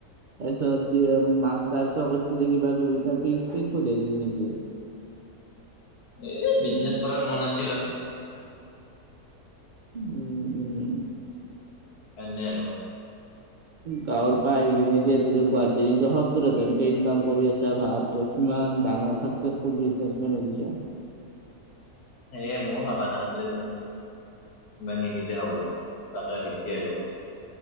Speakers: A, on the right; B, on the left.
A: তাৰপিছত মাষ্টাৰ চ কৰিছিলে কিবা কিবি <unintelligible> নেকি?
B: এ বিজনেছ কৰাৰ মন আছিল আৰু
A: উম, উম,
B: তেনে আৰু
A: গাঁৱৰ পা আহি কিনে যে তেতিয়া গুৱাহাটীত এনকে সত্তৰ হাজাৰকে ইনকাম কৰি আছে ভাব। তই কিমান ডাঙৰ চাকচেচফুল বিজনেছমেন <unintelligible>
B: সেয়ে ময়ো ভাবা নাছিলো চোন ইমানখিনি যে হ'ব তাকে হৈছে আৰু